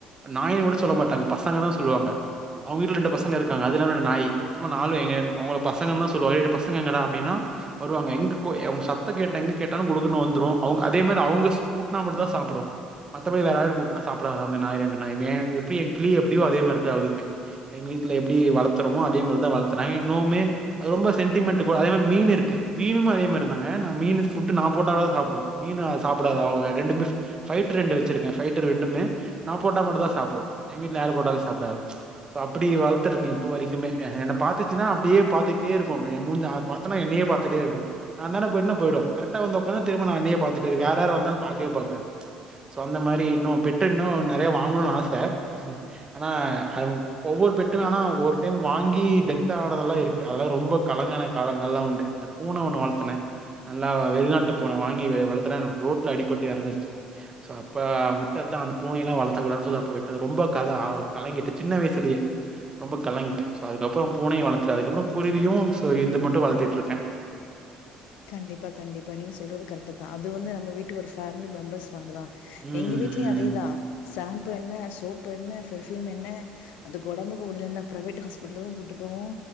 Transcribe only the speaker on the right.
நாய்னு கூட சொல்ல மாட்டாங்க பசங்கனு சொல்லுவாங்க அவுங்க வீட்ல ரெண்டு பசங்க இருகாங்க அதுல இந்த நாயி மொத்தமா நாலு அவுங்க பசங்கனு தா சொல்லுவாங்க ஏய் பசங்க எங்கடா அப்டினா வருவாங்க எங்க அவுங்க சத்தோ எங்க கேட்டாலும் குடு குடூனு வந்துரு அதே மாரி அவுங்க ஊட்டுனா மட்டும் தா சாப்புடும் மத்த படி வேற யாரு ஊட்டுனா சாப்டாது அந்த நாய் ரெண்டு நாயுமே எ வீட்ல கிளி எப்டியோ அதே மாரி தா எங்க வீட்ல எப்டி வளத்துறமோ அதே மாரி தா வளத்துறாங்க இன்னுமே ரொம்ப சென்டி மெண்ட்டு அதே மாரி மீனு இருக்கு மீனும் அதே மாரிதாங்க மீனு ஃபுட்டு் நா போட்டாதா சாப்டும் மீனு சாப்டாது அவுங்க ரெண்டு ஃபைட்டர் ரெண்டுமே ஃபைட்டர் ரெண்டுமே நான் போட்டா மட்டும் தான் சாப்டும் எங்க வீட்ல யா ரு போட்டாலும் சாப்பிடாது அப்டி வளத்துருக்கே இப்போ வரைக்குமே என்ன பாத்தச்சுனா அப்டியே ‌பாத்துட்டே இருக்கும் என் மூஞ்சயா பாத்தனா என்னையே பாத்துட்டே இருக்கும் நான் அந்தான்ட போயிட்டனா போய்டும் கரக்டா வந்து உக்காந்தனா திரும்ப நான் என்னையே பா்த்துட்டு இருக்கும் வேற யாரு வந்தாலும் பாக்கவே பாக்காது சோ அந்த மாரி இன்னும் பெட்டு இன்னும் நறையா வாங்கணும்னு ஆசை ஆனா ஒவ்வொரு பெட்டும் ஆனா ஒவ்வொரு டைம் ‌வாங்கி டெத் ஆன தெல்லாம் இருக்கு அதெல்லாம் ரொம்ப கலங்குன காலங்காலலா உண்டு இந்த பூனை ஒன்னு வளத்துனே நல்லா வெளிநாட்டு பூனை வாங்கி வளத்துன ரோட்ல அடிப்பட்டு இறந்துருச்சு சோ அப்போ விட்டது தான் அந்த பூனை யெல்லாம் வளத்தக் கூடாதுனு சொல்லி அப்ப விட்டது ரொம்ப கதை கலங்கிட்டே சின்ன வயசுலயே ரொம்ப கலங்கிட்டேன் சோ அதுக்கப்றோ பூனையும் வளத்துனே அதுக்குப்புறம் குருவியும் சோ இத மட்டும் வளத்திட்டு இருக்கேன்
ம்,